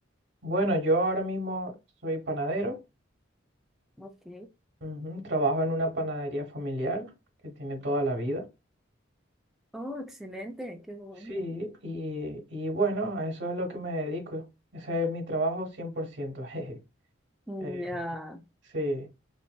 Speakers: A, on the right; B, in the centre.
A: Bueno, yo ahora mismo soy panadero.
B: Ok.
A: Ujú, Trabajo en una panadería familiar que tiene toda la vida.
B: Oh, excelente, qué bueno.
A: Sí, y, y bueno, a eso es lo que me dedico. Ese es mi trabajo 100%. <laughs> jeje.
B: Mm,
A: Eh,
B: Ya,
A: sí.